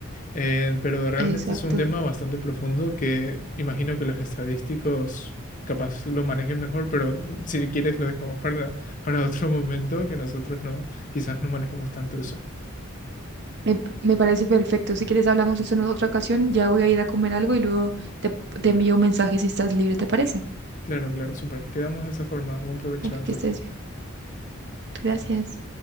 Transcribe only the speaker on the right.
exacto.
Me, me parece perfecto. Si quieres hablamos de eso en otra ocasión. Ya voy a ir a comer algo y luego te, te envío un mensaje si estás libre, ¿te parece?
Vale,
que estés bien. Gracias.